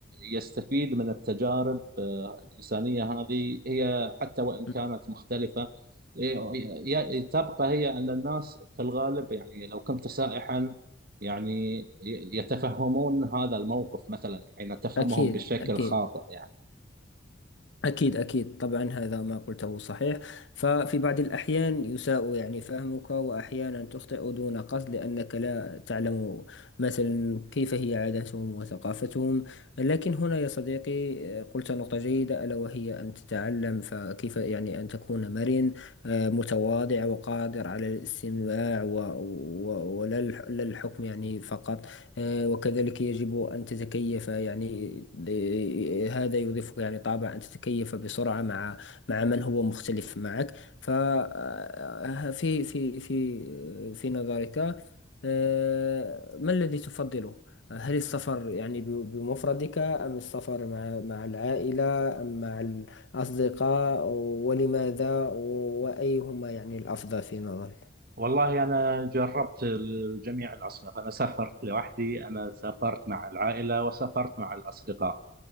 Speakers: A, on the right; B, on the left.
A: يستفيد من التجارب آه، الإنسانية هذه هي حتى وإن كانت
B: نعم.
A: مختلفة ي- ي- تبقى هي أن الناس في الغالب يعني لو كنت سائحا يعني ي- يتفهمون هذا الموقف مثلا حين تفهمهم
B: أكيد
A: بشكل
B: أكيد
A: خاطئ يعني
B: أكيد أكيد طبعا هذا ما قلته صحيح ففي بعض الأحيان يساء يعني فهمك وأحيانا تخطئ دون قصد لأنك لا تعلم مثلا كيف هي عاداتهم وثقافتهم لكن هنا يا صديقي آه، قلت نقطة جيدة ألا وهي أن تتعلم فكيف يعني أن تكون مرن آه، متواضع وقادر على الاستماع و- و- ولا الح- لا الحكم يعني فقط آه، وكذلك يجب أن تتكيف يعني ل- هذا يضيفك يعني طابع أن تتكيف بسرعة مع مع من هو مختلف معك ففي في في في نظرك آه، ما الذي تفضله؟ هل السفر يعني ب- بمفردك أم السفر مع مع العائلة أم مع الأصدقاء ولماذا و- وأيهما يعني الأفضل في نظرك؟
A: والله أنا جربت ال- جميع الأصناف أنا سافرت لوحدي أنا سافرت مع العائلة وسافرت مع الأصدقاء